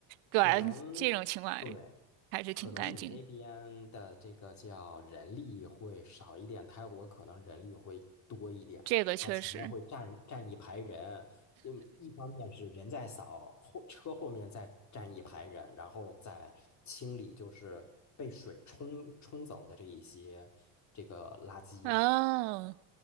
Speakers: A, on the right; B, on the left.
A: 对
B: 可能
A: 这种情况
B: 对，
A: 还是挺干净。
B: 可能你那边的这个叫人力会少一点，泰国可能人力会多一点。
A: 这个确实，
B: 它前面会站站一排人，因为一方面是人在扫，后车后面再站一排人，然后再清理就是被水冲冲走的这一些这个垃圾。
A: 哦。